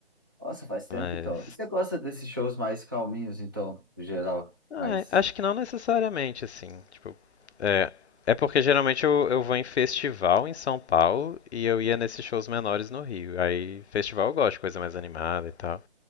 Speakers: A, on the right; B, on the left.
A: Nossa, faz tempo
B: Mas.
A: então. E você gosta desses shows mais calminhos, então, no geral?
B: Ah,
A: Mas.
B: acho que não necessariamente, assim. Tipo, é, é porque geralmente eu, eu vou em festival em São Paulo e eu ia nesses shows menores no Rio. Aí, festival eu gosto, coisa mais animada e tal.